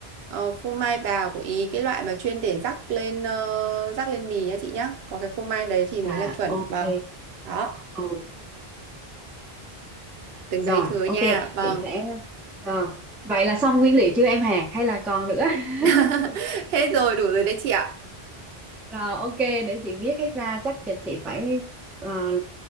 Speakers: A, on the right; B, in the centre.
A: ờ, phô mai bào của Ý, cái loại mà chuyên để rắc lên ờ, rắc lên mì nhá chị nhá. Có cái phô mai đấy thì mới
B: à
A: là chuẩn.
B: ok.
A: Vâng. Đó,
B: Ừ,
A: từng
B: rồi
A: đấy thứ nha.
B: ok
A: Vâng.
B: chị sẽ rồi. Vậy là xong nguyên liệu chưa em Hà hay là còn nữa? <laughs>
A: <laughs> Hết rồi, đủ rồi đấy chị ạ.
B: Rồi ok để chị viết hết ra chắc là chị phải ờ,